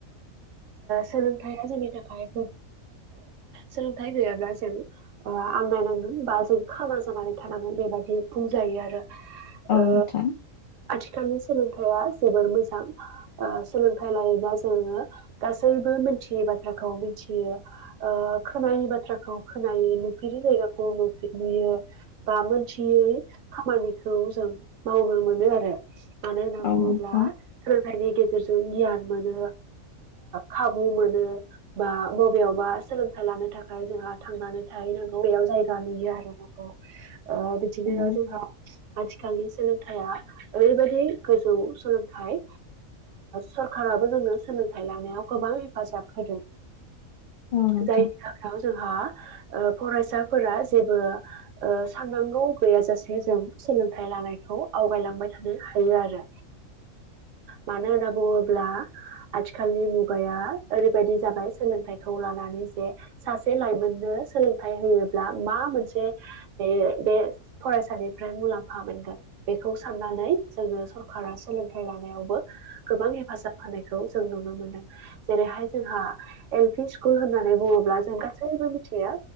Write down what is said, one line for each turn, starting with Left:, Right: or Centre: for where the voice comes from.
Right: सोलोंथाइजनि थाखाय सोलोंथाइ गैयाब्ला जों आनायनांगोन बा जों ख नानै थानांगोन बेबादि बुंजायो आरो
Left: औ
Right: ओ
Left: नोंथां
Right: आथिखालनि सोलोंथाइया जोबोर मोजां सोलोंथाइ लायोब्लाा जोङो गासैबो मिथियै बाथ्राखौ मिथियो खोनायै बाथ्राखौ खोनायै नुफेरि जायगाखौ नुयो बा मोनथियै खामानिखौ जों मावनो मोनो आरो मानो होनना
Left: औ
Right: बुङोब्ला
Left: नोंथां
Right: सोलोंथाइनि गेजेरजों गियान मोनो खाबु मोनो बा बबेयावबा सोलोंथाइ लानो थाखाय जो थांनानै थैनांगौ बेयाव जायगा नुयो आरो नखौ बिदिनो
Left: औ नोंथां
Right: जोंहा आथिखालनि सोलोंथाइया ओरैबायदि गोजौ सोलोंथाइ सरखाराबो जोंनो सोलोंथाइ लानायाव गोबां हेफाजाब होदों
Left: <inaudible> नोंथां
Right: जाय जोंहा फरायसाफोरा जेबो साननांगौ गैयाजासे जों सोलोंथाइ लानायखौ आव आगायलांबाय थानो हायो आरो मानो होनना बुङोब्ला आथिखालनि मुगाया ओरैबायदि जाबाय सोलोंथखौ लानानै जे सासे लाइमोननो सोलोंथ मा मोनसे बे बे फरायसानिफ्राय मुलाम्फा मोनगोन बेखौ साननानै जोङो सरकारा सोलोंथाइ लानायावबो गोबां हेफाजाब होनायखौ जों नुनो मोनो जेरैहाय जोंहा एलफि स्कुल होननानै बुङोब्ला जों गासैबो मिथियो